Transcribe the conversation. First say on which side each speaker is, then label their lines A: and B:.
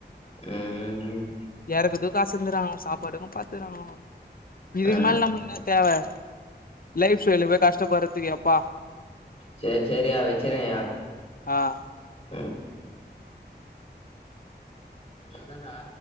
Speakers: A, on the left; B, on the left.
A: ம் ம்
B: எறக்கறதுக்கு காசு தந்துறாங்க சாப்பாடுக்கு பாத்துறாங்கோ இதுக்கு
A: ஆ
B: மேல நமளுக்கு என்ன தேவ லைஃப் வெளிய போய் கஷ்டப்படறதுக்கு எப்பா
A: செரி செரியா வெச்சறேயா
B: ஆ
A: ம் எதடா